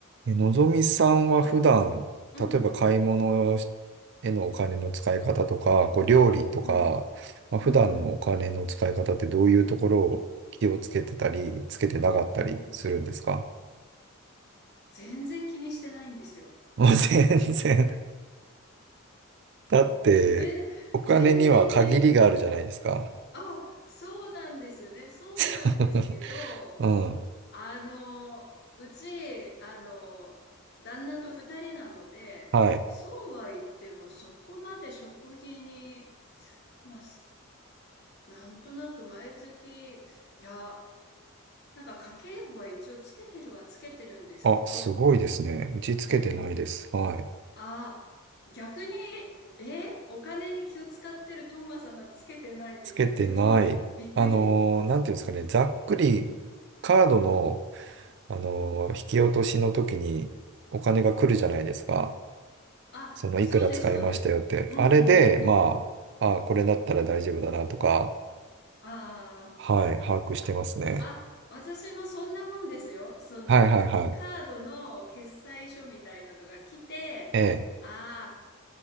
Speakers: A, on the right; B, on the left.
A: え、のぞみさんは普段、
B: うんうん。
A: 例えば買い物へのお金の使い方とか、こう料理とか、
B: うん。
A: まあ、
B: うんうん。
A: 普段のお金の使い方ってどういうところを気をつけてたり、つけてなかったりするんですか
B: うん。全然気にしてないんですよ。
A: <laughs> もう全然。だって、
B: 全、
A: お金には限りがあるじゃないですか。
B: 全然気に、あ、そうなんですよね。そうなんですけど、
A: <laughs> うん。
B: あの、うち、あの、旦那と二人なので、
A: はい。
B: そうは言っても、そこまで食費に、まあ、すなんとなく毎月、いや、なんか家計簿は一応つけてるはつけてるんですけど、
A: あ、すごいですね。打ちつけてないです。はい。
B: あ、逆に、え、お金に気を使ってるトーマさんがつけてないって逆にびっくり。
A: つけてない。あのーなんていうんですかね、ざっくりカードの、
B: うん、うん、
A: あのー引き落としの時にお金が来るじゃないですか。
B: うん。うんあ、
A: その、
B: そうです、
A: いくら使いましたよって。
B: そうです。うん、
A: あれで、
B: うん、
A: まあ、
B: うん。
A: あ、これだったら大丈夫だなとか、
B: ああ、
A: はい、把握してますね。
B: あ、私もそんなもんですよ。その、
A: はいはいはい。
B: カードの決済書みたいなのが来て、
A: ええ。
B: ああ、